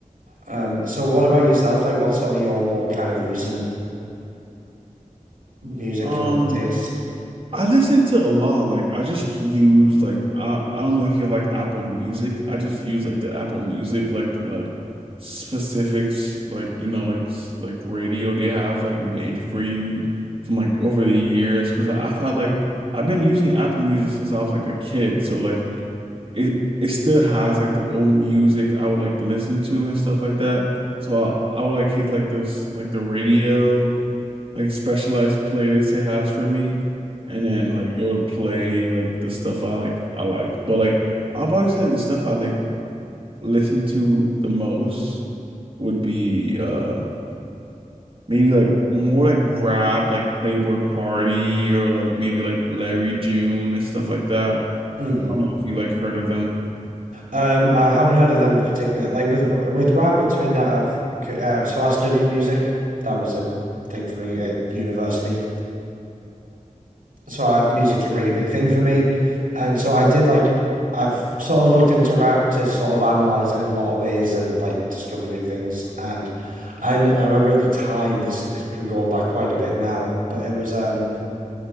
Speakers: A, on the right (about 80°); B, on the right (about 40°).
A: Um, so what about yourself? Like, what's sort of your more kind of recent musical
B: Um
A: taste?
B: I listen to a lot. Like I just use like I, I don't know if you have like Apple Music. I just use like the Apple Music like like specifics like you know like s- like radio they have like made for you from like over the years because I've had like I've been using Apple Music since I was like a kid. So like it it still has like the old music I would like listen to and stuff like that. So I I would like hit like this like the radio like specialized playlists it has for me, and then like it would play like the stuff I like I like. But like I'll probably say like the stuff I like listen to the most would be uh maybe like more like rap, like Playboi Carti or like maybe like Larry June or stuff like that.
A: hmm
B: I don't know if you like heard of them.
A: Um, I haven't heard of them in particular. Like with with rap, it's something that I've uh, so I studied music. That was a thing for me at university. so I, music's a really big thing for me. And so I did like I've sort of looked into rap to sort of analyze it in a lot of ways and like discover new things. And and I remember at the time this we're going back quite a bit now, but it was um